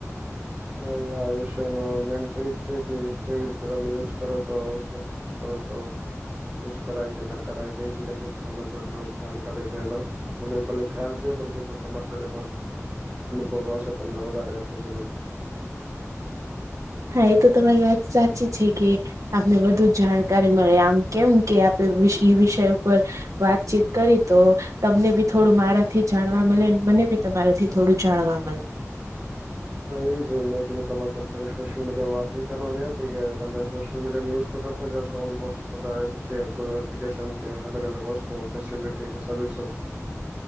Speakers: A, on the right; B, on the right.
A: હા, આ વિષય નો મેન તો એ છે. કે કેવી રીતે તમે યુઝ કરો છો. કેમ કરો છો? યુઝ કરાય કે ના કરાય તેની <inaudible> જાણકારી લઈ લવ મને ભલે ખ્યાલ છે. પણ કીધું તમારી જોડે પણ અનુભવ આવશે તમને વધારે એટલે કીધું.
B: હા, એ તો તમારી વાત સાચી છે કે, આપને વધુ જાણકારી મળે આમ કેમ કે આપે એ વીસ ઈ વિષય ઉપર વાતચીત કરી તો. તમને બી થોડું મારાથી જાણવા મળે, અને મને બી તમારાથી થોડું જાણવા મળે.
A: હા, એ જ મેં કીધું તમારી જોડે થોડી સોશિયલ મીડિયામાં વાત એ કરવાની હતી. કે તમે સોશિયલ મીડિયા ની યુઝ તો કરતા હસો ઓલમોસ્ટ બધા એ કે બધા એપ્લિકેશન કે અલગ અલગ વસ્તુઓ ફેસલિટી કે સર્વિસેસ